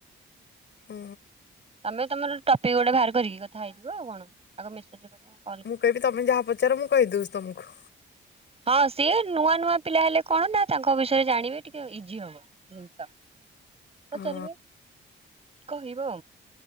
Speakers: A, on the left (about 60°); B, on the right (about 30°).
A: ହଁ।
B: ତମେ ତମର ଟପିକ୍ ଗୋଟେ ବାହାର କରିକି କଥା ହେଇଯିବ ଆଉ କଣ ଆଗ ମେସେଜ ରେ କଥା ହୁଅ।
A: ମୁଁ କହିବି ତମେ ଯାହା ପଚାର ମୁଁ କହିଦଉଛି ତମକୁ।
B: ହଁ ସିଏ ନୂଆ ନୂଆ ପିଲା ହେଲେ କଣ ନା ତାଙ୍କ ବିଷୟରେ ଜାଣିବେ ଟିକେ ଇଜି ହବ। <unintelligible> ପଚାରିବେ
A: ହଁ।
B: କହିବ।